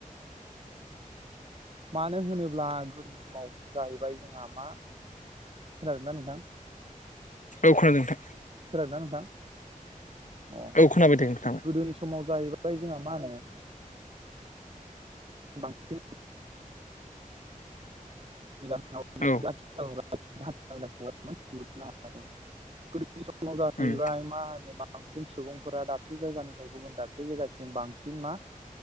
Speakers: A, on the right (about 45°); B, on the left (about 60°).
A: मानो होनोब्ला गोदोनि समाव जाहैबाय जोंहा मा खोनादोंना नोंथां
B: औ खोनादों नोंथां
A: खोनादों ना नोंथां अ
B: औ खोनाबाय दे खोनाबाय
A: गोदोनि समाव जाहैबाय जोंहा मा होनो बांसिन <unintelligible>
B: औ
A: <unintelligible> <unintelligible> सम <unintelligible> मा होनो
B: उम
A: मा बांसिन सुबुंफोरा दाबसे जायगानिफाय गुबुन दाबसे जायगासिम बांसिन मा